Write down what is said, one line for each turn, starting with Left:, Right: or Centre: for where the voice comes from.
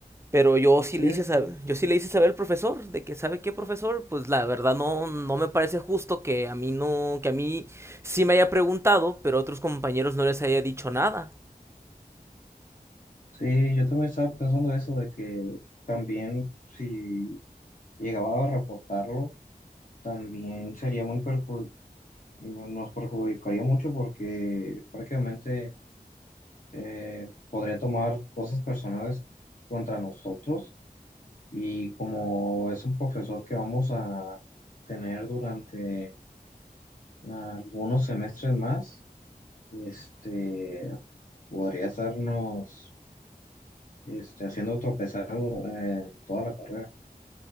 Right: Pero yo sí
Left: Sí,
Right: le hice saber, yo sí le hice saber al profesor de que sabe qué profesor, pues la verdad no no me parece justo que a mí no que a mí sí me haya preguntado, pero a otros compañeros no les haya dicho nada.
Left: sí, yo también estaba pensando eso de que también si llegaba a reportarlo, también sería muy perju- no, nos perjudicaría mucho porque prácticamente eh, podría tomar cosas personales contra nosotros Y como es un profesor que vamos a tener durante algunos semestres más, este, podría estarnos este, haciendo tropezar eh, toda la carrera.